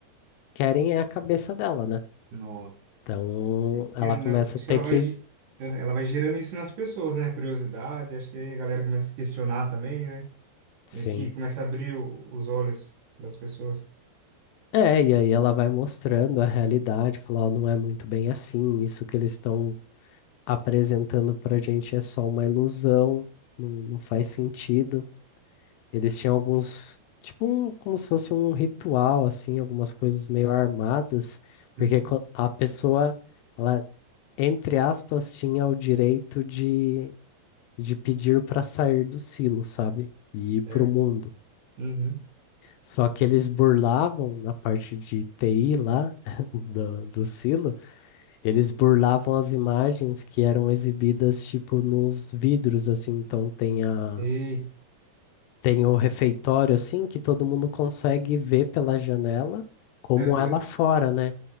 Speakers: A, on the left (about 80°); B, on the right (about 60°).
A: querem é a cabeça dela, né?
B: Nossa.
A: Então ela
B: que não,
A: começa
B: acho
A: a ter
B: que ela
A: que,
B: vai, ge- ela vai gerando isso nas pessoas, né? Curiosidade, acho que aí a galera começa a se questionar também, né?
A: sim.
B: Meio que começa a abrir o- os olhos das pessoas.
A: É, e aí ela vai mostrando a realidade, falar, "Ó, não é muito bem assim, isso que eles estão apresentando pra gente é só uma ilusão, não, não faz sentido. Eles tinham alguns, tipo, um- como se fosse um ritual, assim, algumas coisas meio armadas, porque
B: Uhum.
A: co- a pessoa, ela, entre aspas, tinha o direito de, de pedir para sair do silo, sabe? E ir para
B: Certo.
A: o mundo.
B: Uhum.
A: Só que eles burlavam, na parte de TI lá, <laughs> do, do silo, eles burlavam as imagens que eram exibidas, tipo, nos vidros, assim, então tem a
B: Ei,
A: Tem o refeitório, assim, que todo mundo consegue ver pela janela como
B: Aham.
A: é lá fora, né?